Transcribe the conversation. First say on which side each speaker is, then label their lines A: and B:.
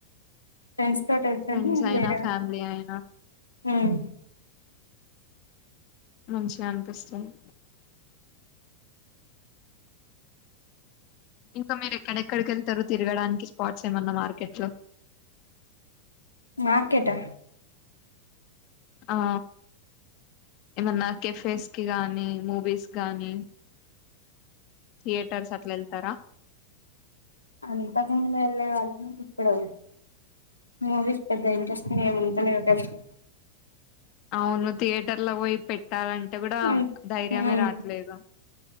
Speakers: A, on the left (about 80°); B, on the left (about 40°).
A: ఫ్రెండ్స్ తోటి వెళ్తేనే
B: ఫ్రెండ్స్ అయినా
A: వేరే
B: ఫ్యామిలీ
A: ఉంటుంది
B: అయినా
A: ఉమ్
B: మంచిగా అనిపిస్తుంది ఇంకా మీరు ఎక్కడక్కడికి వెళ్తారు తిరగడానికి స్పాట్స్ ఏమన్నా మార్కెట్ లో
A: మార్కెటా
B: ఆ ఏమన్నా కెఫేస్ కి గానీ మూవీస్ గానీ థియేటర్స్ అట్లా వెళ్తారా
A: అంతకు ముందు వెళ్ళే వాళ్ళం ఇప్పుడు మూవీస్ పెద్ద ఇంట్రెస్ట్ని మముంతనే అసలు
B: అవును థియేటర్ లో పోయి పెట్టాలంటే కూడా
A: అంత
B: ధైర్యమే
A: హ్మ్
B: రాట్లేదు